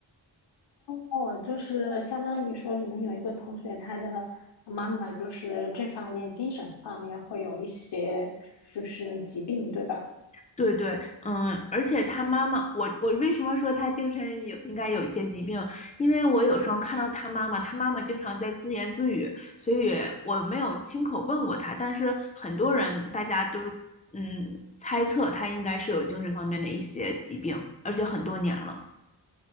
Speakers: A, on the left (about 60°); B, on the left (about 15°).
A: 哦，就是相当于说你们有一个同学，他的妈妈就是这方面精神方面会有一些就是疾病，对吧？
B: 对对，嗯，而且他妈妈，我我为什么说他精神有应该有一些疾病？因为我有时候看到他妈妈，他妈妈经常在自言自语，所以我没有亲口问过他，但是很多人大家都是嗯猜测他应该是有精神方面的一些疾病，而且很多年了。